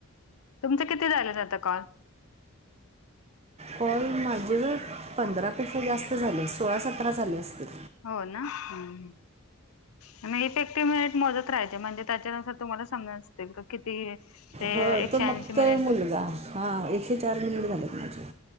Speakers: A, on the left (about 75°); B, on the right (about 30°).
A: तुमचं किती झालेत आता कॉल?
B: कॉल माझे वय, पंधरापेक्षा जास्त झाले, सोळा सतरा झाले असतील.
A: हो ना, हम्म. <unintelligible> मोजत राहायचे, म्हणजे त्याच्यानुसार तुम्हाला सांगायचं नेमकं किती, ते
B: हो
A: एकशे
B: तो
A: ऐंशी
B: बघतोय
A: मिनिटच
B: मुलगा हां, एकशे चार मिनिट झालेत माझे.